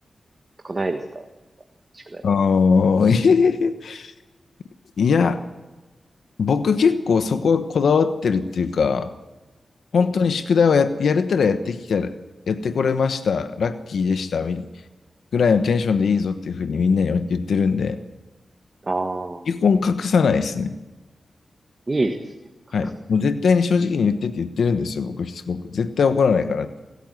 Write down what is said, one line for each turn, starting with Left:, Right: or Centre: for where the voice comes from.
Right: とかないですか宿題とか。
Left: あー <laughs> いや、僕結構そこはこだわってるっていうか、本当に宿題をや、
Right: うんうん
Left: やれたらやってきた、やってこれました、ラッキーでした、みぐらいのテンションでいいぞっていうふうにみんなに言ってるんで、
Right: ああ、
Left: 基本隠さないですね。
Right: いいですね。格差。
Left: はい。もう絶対に正直に言ってって言ってるんですよ、僕しつこく。絶対怒らないからって。